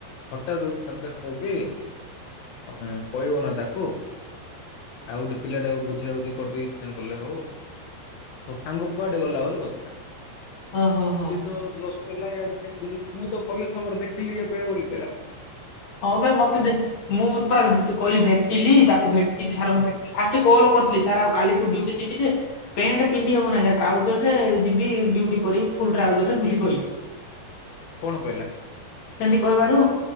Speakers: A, on the left; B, on the left.
A: ହଠାତ ଛାଡିଲେ ହବ କି? ତମେ କହିବ ନା ତାକୁ ଆଉ ଗୋଟେ ପିଲାଟାକୁ ବୁଝା ବୁଝି କରିଦେଇକି ସିନା ଗଲେ ହବ। ତମ ସାଙ୍ଗ କୁଆଡେ ଗଲା ବୋଲି କଥା।
B: ଓହ ହ।
A: <unintelligible> ମୁଁ ତ କଲେଜ ଛକର ଦେଖିଲି ଏବେ ବୋଲି କହିଲା।
B: ହଁ ଭାଇ ମତେ ଦେ ମୁଁ ପୁରା କହିଲି ଭେଟିଲି ତାକୁ ଭେଟି ଠାରୁ ମୁଁ ଭେଟଚି ଫାର୍ଷ୍ଟ କଲ କରିଥିଲି ସାର୍ ଆଉ କାଲିଠୁ ଡଟି ଯିବି ଯେ ପ୍ୟାଣ୍ଟ ପିନ୍ଧି ହବ ନା ଟ୍ରାଉଜର ରେ ଯିବି ଡ୍ୟୁଟି କରି ଫୁଲ ଡ୍ରାଉଜରରେ ଖୁଲି କହିଲି।
A: କଣ କହିଲା?
B: ସେମିତି କହିବାରୁ